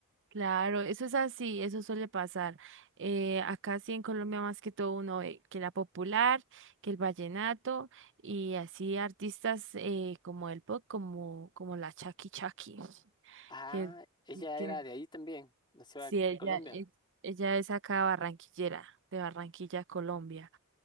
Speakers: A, on the right (about 60°); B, on the left (about 20°).
A: Claro, eso es así, eso suele pasar. Eh, acá sí en Colombia más que todo uno ve que la popular, que el vallenato y así artistas eh, como el pop, como, como la Chaki Chaki,
B: Ah,
A: que,
B: ella
A: que
B: era de ahí también, nació
A: Sí,
B: a-
A: ella
B: en Colombia.
A: es, ella es acá barranquillera, de Barranquilla, Colombia.